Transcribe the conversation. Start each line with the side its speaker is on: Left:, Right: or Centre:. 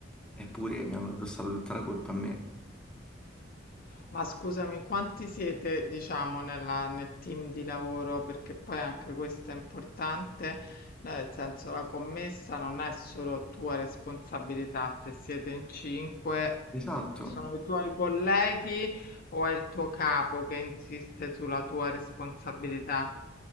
Centre: eppure mi hanno addossato tutta la colpa a me.
Left: Ma scusami, quanti siete, diciamo, nella- nel team di lavoro? Perché poi anche questo è importante, nel senso la commessa non è solo tua responsabilità, se siete in cinque, mh,
Centre: Esatto,
Left: sono i tuoi colleghi o è il tuo capo che insiste sulla tua responsabilità?